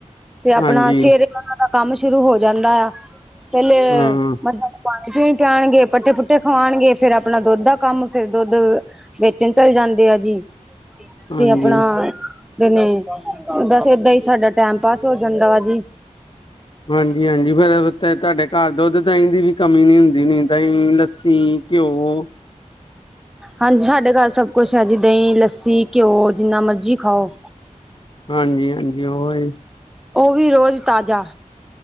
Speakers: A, in the centre; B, on the left.
A: ਤੇ ਆਪਣਾ
B: ਹਾਂਜੀ।
A: ਸ਼ੇਰੇ ਉਨਾਂ ਦਾ ਕੰਮ ਸ਼ੁਰੂ ਹੋ ਜਾਂਦਾ ਆ ਪੈਲੇ
B: ਹਾਂ
A: ਮ ਪਾਨੀ- ਪੂਨੀ ਪਿਆਂਨਗੇ ਪੱਠੇ-ਪੁੱਠੇ ਖਵਾਉਨਗੇ, ਫੇਰ ਆਪਨਾ ਦੁੱਧ ਦਾ ਕੰਮ ਫੇਰ ਦੁੱਧ ਵੇਚਨ ਚੱਲ ਜਾਂਦੇ ਆ ਜੀ,
B: ਹਾਂਜੀ।
A: ਤੇ ਆਪਨਾ ਦਿਨੇ ਬਸ ਏਦਾਂ ਹੀ ਸਾਡਾ ਟੈਮ ਪਾਸ ਹੋ ਜਾਂਦਾ ਵਾ ਜੀ।
B: ਹਾਂਜੀ -ਹਾਂਜੀ ਫੇਰ ਓ ਤਾਡੇ ਘਰ ਦੁੱਧ ਦਹੀਂ ਦੀ ਵੀ ਕਮੀ ਨੀ ਹੁੰਦੀ ਨੀ, ਦਹੀਂ, ਲੱਸੀ ਘਿਓ
A: ਹਾਂਜੀ, ਸਾਡੇ ਘਰ ਸਭ ਕੁਛ ਹੈ ਜੀ, ਦਹੀਂ, ਲੱਸੀ, ਘਿਓ ਜੇਨਾ ਮਰਜੀ ਖਾਓ।
B: ਹਾਂਜੀ -ਹਾਂਜੀ ਉਹੀ
A: ਓ ਵੀ ਰੋਜ਼ ਤਾਜ਼ਾ